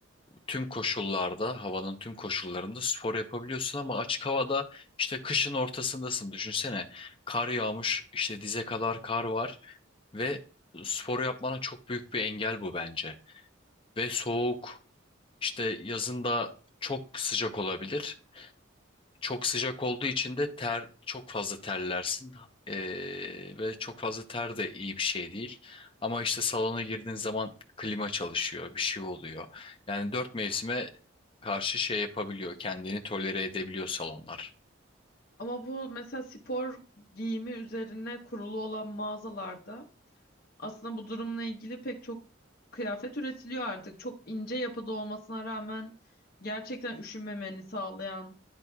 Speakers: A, on the left; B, on the left.
A: tüm koşullarda, havanın tüm koşullarında spor yapabiliyorsun ama açık havada işte kışın ortasındasın. Düşünsene kar yağmış, işte dize kadar kar var ve sporu yapmana çok büyük bir engel bu bence. Ve soğuk, işte yazın da çok sıcak olabilir. Çok sıcak olduğu için de ter çok fazla terlersin Ee, ve çok fazla ter de iyi bir şey değil. Ama işte salona girdiğin zaman klima çalışıyor, bir şey oluyor. Yani dört mevsime karşı şey yapabiliyor, kendini tolere edebiliyor salonlar.
B: Ama bu mesela spor giyimi üzerine kurulu olan mağazalarda aslında bu durumla ilgili pek çok kıyafet üretiliyor artık. Çok ince yapıda olmasına rağmen gerçekten üşünmemeni sağlayan